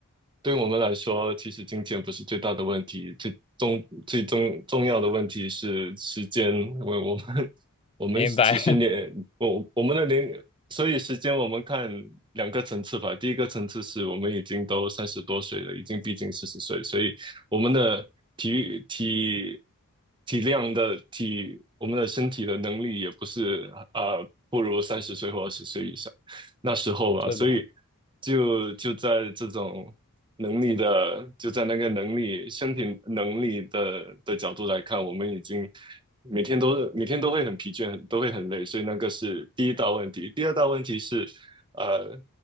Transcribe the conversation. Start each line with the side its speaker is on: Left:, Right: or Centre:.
Right: 对我们来说，其实金钱不是最大的问题，最重最重重要的问题是时间，因为我们 <laughs> 我们其实年我我们的年。
Left: <laughs> 明白，
Right: 所以时间我们看两个层次吧，第一个层次是我们已经都三十多岁了，已经逼近四十岁，所以我们的体育体体量的体，我们的身体的能力也不是呃不如三十岁或二十岁以上那时候吧，
Left: <laughs> 是的。
Right: 所以就就在这种能力的，就在那个能力、身体能力的的角度来看，我们已经每天都每天都会很疲倦，很都会很累，所以那个是第一大问题。第二大问题是，呃，